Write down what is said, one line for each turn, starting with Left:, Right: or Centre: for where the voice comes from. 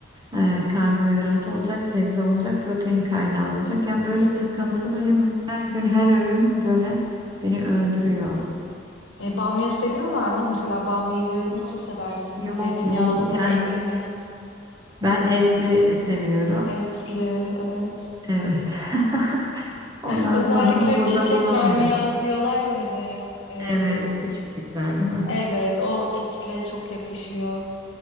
Right: Ee, karbonhidrat olacak, sebze olacak, protein kaynağı olacak. Yani böyle takıntılıyım.
Left: evet.
Right: Her gün her öğün böyle beni öldürüyor.
Left: E, bamya seviyorlar mı? Mesela bamyayı nasıl seversin?
Right: Yok
Left: Zeytinyağlı
Right: bol
Left: mı,
Right: yani
Left: etli mi?
Right: ben etli seviyorum.
Left: Etli, evet.
Right: Evet. <laughs> Ondan
Left: <laughs> Özellikle
Right: sonra ama burada
Left: çiçek
Right: bulamıyorum.
Left: bamya diyorlar ya hani e,
Right: Evet küçücükler değil mi?
Left: Evet, o etle çok yakışıyor.